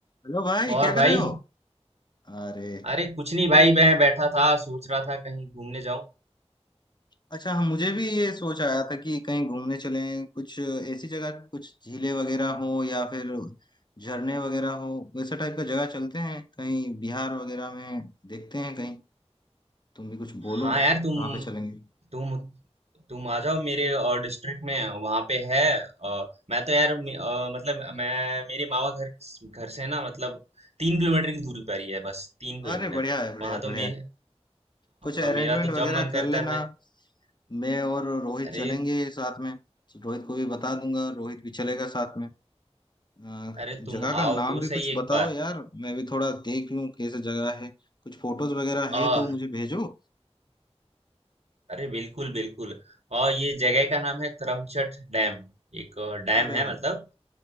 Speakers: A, on the left (about 40°); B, on the right (about 70°).
A: Hello भाई
B: और
A: क्या कर
B: भाई
A: रहे हो अरे
B: अरे कुछ नहीं भाई मैं बैठा था सोच रहा था कहीं घूमने जाऊं
A: अच्छा हम मुझे भी ये सोच आया था कि कहीं घूमने चलें कुछ ऐसी जगह कुछ झीलें वगैरह हो या फिर झरने वगैरह हो वैसे टाइप का जगह चलते हैं कहीं बिहार वगैरह में देखते हैं कहीं तुम भी कुछ बोलो
B: हाँ यार तुम
A: कहाँ पे चलेंगे
B: तुम तुम आ जाओ मेरे और डिस्ट्रिक्ट में वहां पे है अ, मैं तो यार मे- अ, मतलब मैं मेरे मामा घर घर से ना मतलब तीन किलोमीटर की दूरी पर ही है बस तीन किलोमीटर
A: अरे बढ़िया है बढ़िया
B: वहां
A: है बढ़िया
B: तो मैं
A: है कुछ अरेंजमेंट
B: अ, मेरा तो
A: वगैरह
B: जब मन
A: कर
B: करता
A: लेना
B: है भाई
A: मैं और रोहित
B: अरे
A: चलेंगे साथ में रोहित को भी बता दूंगा रोहित भी चलेगा साथ में आ,
B: अरे तुम
A: जगह का
B: आओ
A: नाम
B: तो
A: भी कुछ
B: सही
A: बताओ
B: एक
A: यार मैं भी थोड़ा देख लूं कैसे जगह है कुछ फोटोज वगैरह
B: बार
A: है तो मुझे भेजो
B: अरे बिल्कुल बिल्कुल और ये जगह का नाम है करमचट डैम एक अ, डैम
A: अरे
B: है
A: भाई
B: मतलब